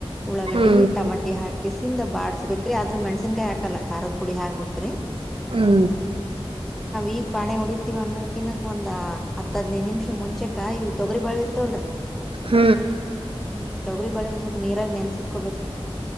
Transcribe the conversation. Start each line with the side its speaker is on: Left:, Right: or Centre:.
Centre: ಉಳ್ಳಳಗಡ್ಡಿ
Right: ಹ್ಮ್
Centre: ಟಮಾಟಿ ಹಾಕಿ ಸಿಿಂದ ಬಾಸ್ಬೇಕ್ರೀ ಆದ್ರ ಮೆಣಸನ್ಕಾಯಿ ಹಾಕಿ ಹಾಲ್ಲ ಖದ ಪುಡಿ ಹಾಕ್ಬೇಕ್ರೀ
Right: ಹ್ಮ
Centre: ಈಗ್ ಪಾಣೆ ಹೊಡತಿೀವ ಅನ್ನೋದ್ಕಿಿನಕ್ ಒಂದ್ ಹದಿನೈದು ನಿಮಿಷ ಮುಂಚೆಕ ಇವು ತೊಗರಿ ಬಳ ಇರ್ತವಲ್ರರಿ.
Right: ಹ್ಮ್
Centre: ಹ್ಮ್ ತೊಗರಿ ಬೇಳೆ ಒಂದ್ ಸ್ವಲ್ಪ ನೀರಾಗ ನೆನ್ಸಿಟ್ಕೋಬೇಕ ರಿ